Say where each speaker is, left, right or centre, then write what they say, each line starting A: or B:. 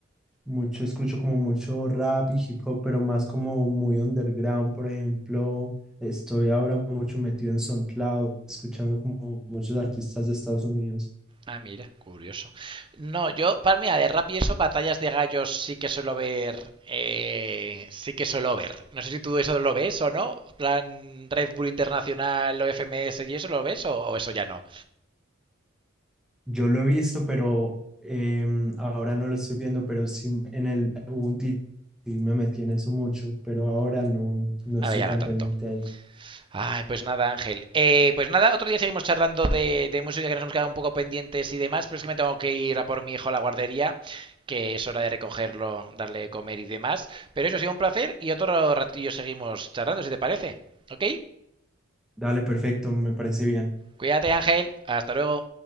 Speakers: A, in the centre; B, on the right (about 25°).
A: Mucho, escucho como mucho rap y hip hop, pero más como muy underground. Por ejemplo, estoy ahora mucho metido en SoundCloud, escuchando como muchos artistas de Estados Unidos.
B: Ah, mira, curioso. No, yo, para mí, de rap y eso, batallas de gallos sí que suelo ver. eh, sí que suelo ver. No sé si tú eso lo ves o no. plan Red Bull Internacional o FMS y eso lo ves o, o eso ya no.
A: Yo lo he visto, pero em, ahora no lo estoy viendo, pero sí en el, hubo un tiempo y me metí en eso mucho, pero ahora no, no
B: Ahora
A: estoy
B: ya
A: tan
B: no tanto.
A: pendiente a eso.
B: Ay, pues nada, Ángel. Eh, pues nada, otro día seguimos charlando de, de música que nos hemos quedado un poco pendientes y demás, pero es que me tengo que ir a por mi hijo a la guardería, que es hora de recogerlo, darle de comer y demás. Pero eso ha sido un placer y otro ratillo seguimos charlando, si te parece. ¿Ok?
A: Dale, perfecto, me parece bien.
B: Cuídate, Ángel. Hasta luego.